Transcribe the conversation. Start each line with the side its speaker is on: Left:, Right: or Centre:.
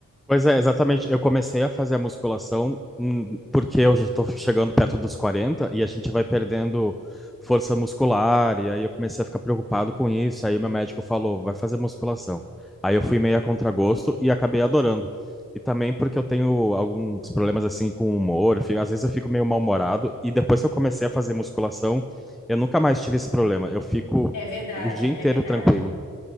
Centre: Pois é, exatamente. Eu comecei a fazer a musculação hum, porque eu já estou chegando perto dos 40 e a gente vai perdendo força muscular. E aí eu comecei a ficar preocupado com isso. Aí o meu médico falou: vai fazer musculação. Aí eu fui meio a contragosto e acabei adorando. E também porque eu tenho alguns problemas assim com o humor. eu fico- às vezes eu fico meio mal-humorado. E depois que eu comecei a fazer musculação, eu nunca mais tive esse problema. Eu fico
Left: É verdade,
Centre: o dia inteiro
Left: é verdade.
Centre: tranquilo.